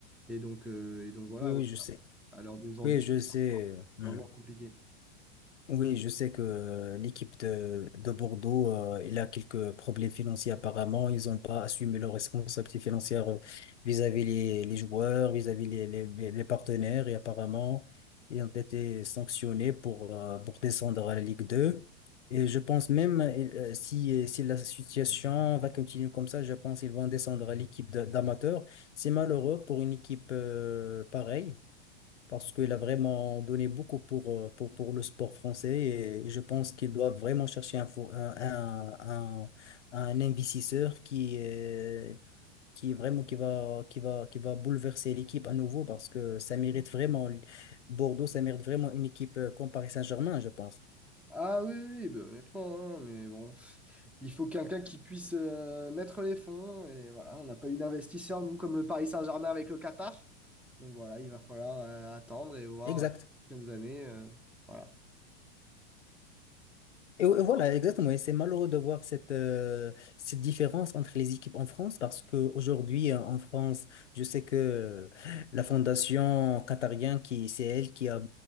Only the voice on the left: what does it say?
Oui, oui,
je sais.
Oui, je
sais.
euh,
Hmm.
Oui, je sais que euh, l'équipe de, de Bordeaux, euh, il a quelques problèmes financiers apparemment. Ils n'ont pas assumé leurs responsabilités financières euh, vis-à-vis les, les joueurs, vis-à-vis les, les, les- les partenaires. Et apparemment, ils ont été sanctionnés pour, euh, pour descendre à la Ligue deux. Et je pense même, euh, si, euh, si la situation va continuer comme ça, je pense qu'ils vont descendre à l'équipe de- d'amateurs. C'est malheureux pour une équipe euh, pareille parce qu'il a vraiment donné beaucoup pour, euh, pour, pour le sport français et je pense qu'il doit vraiment chercher un, fo- un, un, un- un investisseur qui, est- qui vraiment qui va, qui va, qui va bouleverser l'équipe à nouveau parce que ça mérite vraiment Bordeaux, ça mérite vraiment une équipe euh, comme Paris Saint-Germain, je pense.
Exact.
Et, et voilà, exactement. Et c'est malheureux de voir cette, euh, cette différence entre les équipes en France parce qu'aujourd'hui, euh, en France, je sais que euh, la fondation qatarienne, qui, c'est elle qui a,